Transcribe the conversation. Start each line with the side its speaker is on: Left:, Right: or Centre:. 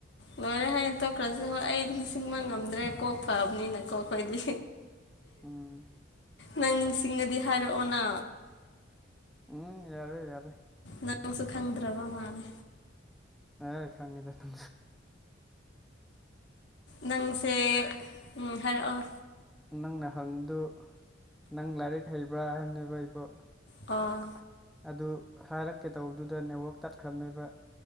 Left: ꯂꯣꯏꯔꯦ ꯍꯥꯏꯌꯦ ꯇꯣꯛꯈ꯭ꯔꯁꯤ ꯍꯣꯏ ꯑꯩ ꯅꯤꯡꯁꯤꯡꯕ ꯉꯝꯗ꯭ꯔꯦ ꯀꯣꯛ ꯐꯕꯅꯤꯅꯀꯣ ꯗꯤ
Centre: ꯎꯝ
Left: ꯅꯪ ꯇꯤꯡꯉꯗꯤ ꯍꯥꯏꯔꯛꯑꯣꯅ
Centre: ꯎꯝ ꯌꯥꯔꯦ ꯌꯥꯔꯦ
Left: ꯅꯪꯁꯨ ꯈꯪꯗ꯭ꯔꯕ ꯃꯥꯜꯂꯦ
Centre: ꯑꯦ ꯈꯪꯉꯤꯗ ꯊ
Left: ꯅꯪꯁꯦ ꯎ ꯍꯥꯏꯔꯛꯑꯣ
Centre: ꯅꯪꯅ ꯍꯪꯗꯨ ꯅꯪ ꯂꯥꯏꯔꯤꯛ ꯍꯩꯕ꯭ꯔꯥ ꯍꯥꯏꯕꯅꯦꯕ ꯑꯩꯕꯨꯣ
Left: ꯑꯣ
Centre: ꯑꯗꯨ ꯍꯥꯏꯔꯛꯀꯦ ꯇꯧꯕꯗꯨꯗ ꯅꯦꯠꯋꯥꯛ ꯇꯠꯈ꯭ꯔꯕꯅꯦꯕ